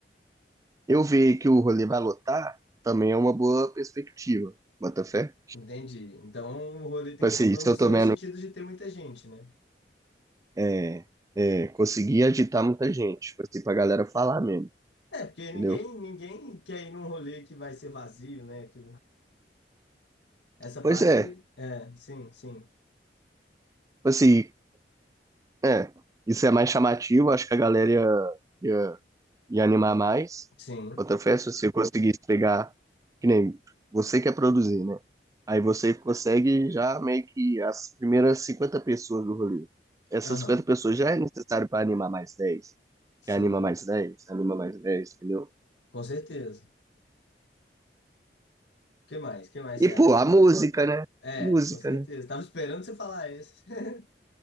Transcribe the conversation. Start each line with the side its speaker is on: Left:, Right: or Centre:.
Right: eu ver que o rolê vai lotar também é uma boa perspectiva. Bota fé?
Left: Entendi. Então o rolê tem
Right: Tipo
Left: que
Right: assim,
Left: ser promissor
Right: se eu tô vendo
Left: no sentido de ter muita gente, né?
Right: É, é, conseguir agitar muita gente, tipo assim, pra galera falar mesmo,
Left: É, porque
Right: entendeu?
Left: ninguém, ninguém quer ir num rolê que vai ser vazio, né? Que... Essa
Right: Pois
Left: parte,
Right: é,
Left: é, sim, sim,
Right: tipo assim, é, isso é mais chamativo, acho que a galera ia, ia, ia animar mais.
Left: sim.
Right: Outra festa, se eu conseguisse pegar, que nem você quer produzir, né? Aí você consegue já meio que as primeiras 50 pessoas do rolê. Essas
Left: Aham,
Right: 50 pessoas já é necessário para animar mais 10,
Left: sim,
Right: Que anima mais dez, anima mais 10, entendeu?
Left: com certeza. Que mais? Que mais
Right: E,
Left: você
Right: pô,
Left: acha?
Right: a música, né?
Left: É,
Right: Música,
Left: com certeza.
Right: né?
Left: Tava esperando você falar esse. <laughs>